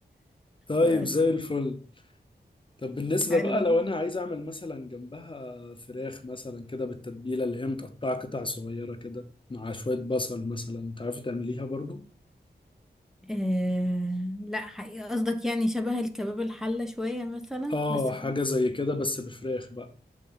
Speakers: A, on the left; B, in the centre.
A: طيب
B: بس
A: زي الفل طب بالنسبة
B: حلوة
A: بقى لو انا عايز اعمل مثلا جنبها فراخ مثلا كده بالتتبيلة اللي هي متقطعة قطع صغيرة كده مع شوية بصل مثلا تعرفي تعمليها برضو
B: آه لا حقيقة قصدك يعني شبه الكباب الحلة شوية مثلا
A: اه
B: بس
A: حاجة
B: في...
A: زي كده بس بفراخ بقى